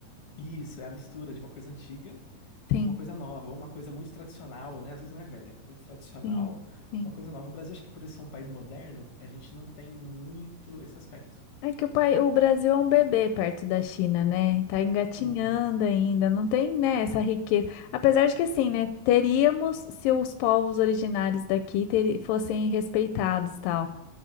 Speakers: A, on the left; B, on the left.
A: Isso, é a mistura de uma coisa antiga
B: Sim,
A: com uma coisa nova, ou uma coisa muito tradicional, né? Às vezes não é velha, muito tradicional,
B: sim, sim.
A: uma coisa nova. O Brasil, acho que por ele ser um país moderno, a gente não tem muito esse aspecto.
B: É que o pai, o Brasil é um bebê perto da China, né? Tá engatinhando
A: Uhum.
B: ainda, não tem, né, essa riqueza. Apesar de que assim, né, teríamos se os povos originários daqui teri- fossem respeitados, tal.